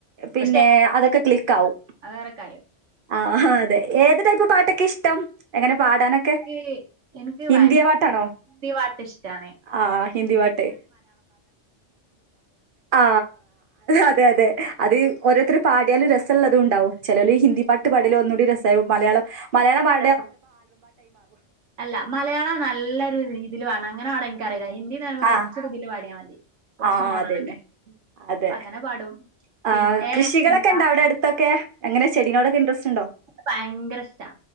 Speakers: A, on the right (about 50°); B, on the right (about 75°).
A: പിന്നെ
B: പക്ഷെ
A: അതൊക്കേ ക്ലിക്ക് ആവും
B: അത് വേറെ കാര്യം
A: ആ ആ അതെ ഏത് ഇപ്പോതെ പാട്ടൊക്കേ ഇഷ് ടം എങ്ങനെ പാടാനൊക്കെ
B: എനിക്ക് എനിക്ക്
A: ഹിന്ദിയാ
B: ഭയ
A: പാട്ടാണോ
B: ഹിന്ദി പാട്ട് ഇഷ്ടാണ്
A: ആ
B: എന്റെ
A: ഹിന്ദി
B: ഉമ്മാക്കാണെ
A: പാട്ട്
B: മലയാളം പാട്ടാ ഇഷ്ടം എന്റെ ഉമ്മക്ക് ഹിന്ദി പാട്ട് കണ്ടു തരാം.
A: ആ അതെ അതെ അത് ഓരോര്ത്താരും പാടിയാലും രെ <unintelligible> ഉണ്ടാവും ചെലല് ഹിന്ദി പാട്ട് പാട്ലോ ഒന്നൂടി രെസായും മലയാളം മലയാളം പാ
B: ട്ടാണോ അല്ല മലയാളം നല്ലൊരു രീതില് വേണം അങ്ങനെ തുടങ്ങിഎനിക്കറിയ ഹിന്ദിന്ന് പറയ്മ്പോ കൊറച്ച്
A: ആഹ്
B: ഇതില് പാടിയാ മതി കൊറച്ച്
A: ആഹ്
B: മോഡേണൊക്കെ
A: അതന്നെ
B: ആയി
A: അതെ
B: അങ്ങനെ പാടും
A: ആഹ്
B: പിന്നെ
A: കൃഷികളൊക്കെ
B: എന്താ
A: ഇണ്ടോ അവിടെ അടുത്തൊക്കെ എങ്ങനെ ചെടിനോടൊക്കെ ഇന്റെരെസ്റ്റ്‌ ഉണ്ടോ
B: ഭയങ്കര്ഷ്ട്ടാ